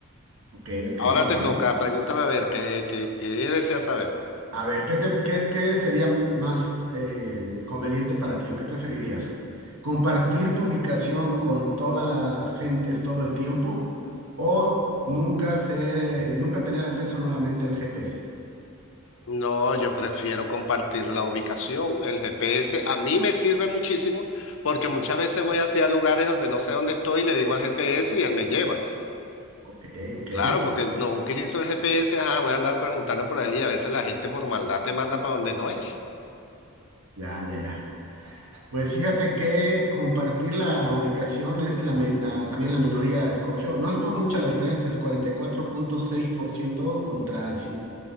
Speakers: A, on the right (about 85°); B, on the left (about 65°).
A: ok, ok,
B: Ahora
A: bueno.
B: te toca, pregúntame a ver, ¿qué, qué, qué deseas saber?
A: A ver, ¿qué, te- qué- qué sería más eh, conveniente para ti o qué preferirías? ¿Compartir tu ubicación con todas las gentes todo el tiempo o nunca, se, nunca tener acceso nuevamente al GPS?
B: No, yo prefiero compartir la ubicación, el GPS. A mí me sirve muchísimo porque muchas veces voy hacia lugares donde no sé dónde estoy y le digo al GPS y él me lleva.
A: Ok, ok,
B: Claro, porque no utilizo el GPS, ah, voy a andar preguntando por ahí y a veces la gente por maldad te manda para donde no es.
A: ya, ya, ya. Pues fíjate que compartir la ubicación es la, me- la- también la minoría escogió. No es por mucha la diferencia, es cuarenta y cuatro punto seis por ciento contra el